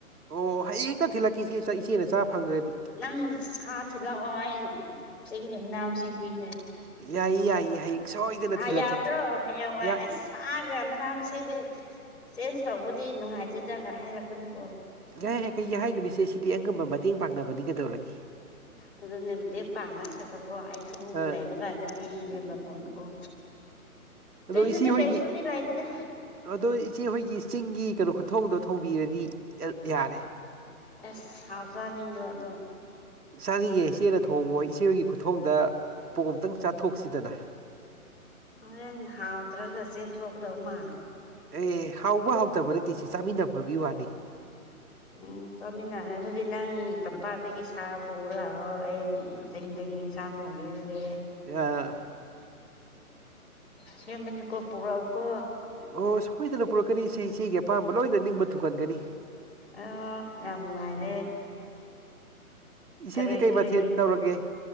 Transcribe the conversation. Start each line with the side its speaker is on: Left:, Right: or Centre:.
Right: ꯑꯣ ꯍꯌꯦꯡ ꯍꯦꯛꯇ ꯊꯤꯜꯂꯛꯀꯦ ꯏꯆꯦ ꯏꯆꯦꯅ ꯆꯥ ꯐꯪꯗ꯭ꯔꯗꯤ
Centre: ꯅꯪ ꯁꯥ ꯊꯤꯂꯛꯑꯣ ꯑꯩ ꯢꯟꯁꯥꯡ ꯆꯤꯡꯒꯤ ꯃꯅꯥ ꯃꯁꯤꯡ ꯄꯤꯒꯦ
Right: ꯌꯥꯏꯌꯦ ꯌꯥꯏꯌꯦ ꯁꯣꯏꯗꯅ
Centre: ꯍꯥꯏ
Right: ꯊꯤꯜꯂꯛꯀꯦ
Centre: ꯌꯥꯎꯕ꯭ꯔꯣ ꯍꯥꯏꯌꯥꯡ ꯋꯥꯏ
Right: ꯌꯥ
Centre: ꯑꯩꯁ ꯃꯅꯥ ꯃꯁꯤꯡꯗꯤ ꯆꯦꯟꯖ ꯇꯧꯕꯗꯤ ꯅꯨꯡꯉꯥꯏꯇꯦꯗꯒ ꯍꯥꯏꯔꯛꯀꯅꯤꯀꯣ
Right: ꯌꯥꯥꯏ ꯌꯥ ꯀꯩꯒꯤ ꯍꯥꯏꯗꯣꯏꯅꯣ ꯏꯆꯦ ꯁꯤꯗꯤ ꯑꯉꯝꯕ ꯃꯇꯦꯡ ꯄꯥꯡꯅꯕꯅꯤ ꯀꯩꯗꯧꯔꯒꯦ
Centre: ꯑꯗꯨꯅꯤ ꯃꯇꯦꯡ ꯄꯥꯡꯅꯁꯦꯠꯕꯀꯣ ꯑꯩ ꯁꯨꯝ
Right: ꯑꯥ
Centre: ꯂꯩꯕ ꯀꯥꯟꯗ ꯄꯤꯅꯦꯕ ꯀꯣ ꯑꯣ
Right: ꯑꯗꯣ
Centre: ꯆꯤꯡꯗꯗꯤ
Right: ꯏꯆꯦꯍꯣꯏꯒꯤ
Centre: ꯀꯩꯁꯨꯗꯤ ꯂꯩꯇꯦꯗ
Right: ꯑꯗꯣ ꯏꯆꯦꯍꯣꯏꯒꯤ ꯆꯤꯡꯒꯤ ꯀꯩꯅꯣ ꯈꯨꯊꯣꯡꯗꯣ ꯊꯣꯡꯕꯤꯔꯗꯤ ꯌꯥꯔꯦ
Centre: ꯑꯦꯁ ꯍꯥꯎ ꯆꯥꯅꯤꯡꯕ꯭ꯔꯣ ꯑꯗꯣ
Right: ꯆꯥꯅꯤꯡꯉꯦ ꯏꯆꯦꯅ ꯊꯣꯡꯕ ꯍꯣꯏ ꯏꯆꯦꯍꯣꯏꯒꯤ ꯈꯨꯊꯣꯡꯗ ꯄꯣꯛ ꯑꯝꯇꯪ ꯆꯥꯊꯣꯛꯁꯤꯗꯅ
Centre: ꯍꯔꯦꯟ ꯍꯥꯎꯇ꯭ꯔꯒ ꯆꯦꯟꯊꯣꯛꯀꯗꯕ ꯃꯥꯜꯂꯦ
Right: ꯑꯦ ꯍꯥꯎꯕ ꯍꯥꯎꯇꯕ ꯅꯠꯇꯦ ꯁꯤ ꯆꯥꯃꯤꯟꯅꯕꯒꯤ ꯋꯥꯅꯤ
Centre: ꯎꯝ ꯆꯠꯃꯤꯟꯅꯔ ꯑꯗꯨꯗꯤ ꯅꯪ ꯇꯝꯄꯥꯛꯇꯒꯤ ꯁꯥ ꯄꯨꯔ ꯂꯥꯛꯑꯣ ꯑꯩ ꯆꯤꯡꯗꯒꯤ ꯏꯟꯁꯥꯡ ꯊꯣꯡꯕꯤꯔꯒ‌ꯦ
Right: ꯌꯥ
Centre: ꯑꯁꯦꯡꯕꯅꯤꯀꯣ ꯄꯨꯔꯎ ꯀꯣ
Right: ꯑꯣ ꯁꯣꯏꯗꯅ ꯄꯨꯔꯛꯀꯅꯤ ꯏꯆꯦ ꯏꯆꯦꯒꯤ ꯑꯄꯥꯝꯕ ꯂꯣꯏꯅ ꯅꯤꯡꯕ ꯊꯨꯡꯍꯟꯒꯅꯤ
Centre: ꯑ ꯌꯥꯝ ꯅꯨꯡꯉꯥꯏꯔꯦ
Right: ꯏꯆꯦꯗꯤ
Centre: ꯀꯔꯤ
Right: ꯀꯩ
Centre: ꯀꯔꯤ
Right: ꯃꯊꯦꯟ ꯇꯧꯔꯒꯦ